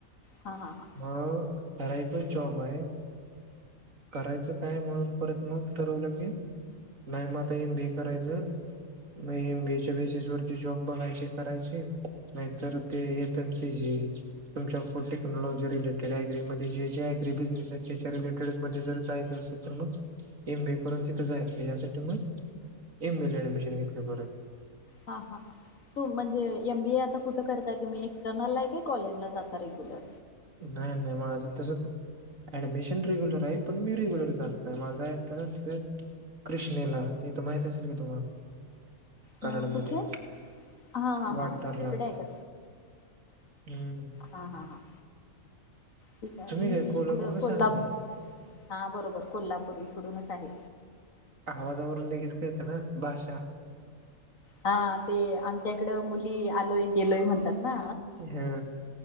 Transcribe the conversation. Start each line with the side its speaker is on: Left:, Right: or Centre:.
Left: हां हां हां
Right: म ठराविकच जॉब आहे. करायचं काय म्हणून परत मग ठरवलं की. नाही म आता एमबीए करायचं. म एमबीए च्या बेसिसवर ती जॉब बघायचे करायचे. नाहीतर ते एफएमसीजि तुमच्या फोर टेक्नॉलॉजी रिलेटेड ॲग्री म जे जे ॲग्री बिजनेस आहेत त्याच्या रिलेटेड मध्ये जर जायचं असेल तर मग, एमबीए करून तिथं जायचं यासाठी मग एमबीला ऍडमिशन घेतलं परत.
Left: हां हां हां हो म्हणजे एम बीए आता कुठं करताय तुम्ही? एक्सटर्नलला आहे का कॉलेज ला जाता रेग्युलर.
Right: नाही नाही मा माझं तस, ऍडमिशन रेग्युलर आहे, पण मी रेग्युलर जात नाही माझ आता तर, कृष्णेला हे तर माहित असेल की तुम्हाला? कराडमध्ये
Left: मग कुठे हा हा
Right: वाठारला.
Left: हा हा तिकडे आहे का
Right: हम्म.
Left: हा हा हा. ठीक आहे.
Right: तुम्ही
Left: मी
Right: काय कोल्हापूर
Left: इकडं
Right: का
Left: कोल्हा
Right: सांगली?
Left: हा, बरोबर कोल्हापूर इकडून चं आहे.
Right: आवाजावरून लगेच कळतंय ना. भाषा.
Left: हा, ते आमच्या इकडं मुली आलोय गेलोय म्हणतात. ना
Right: हा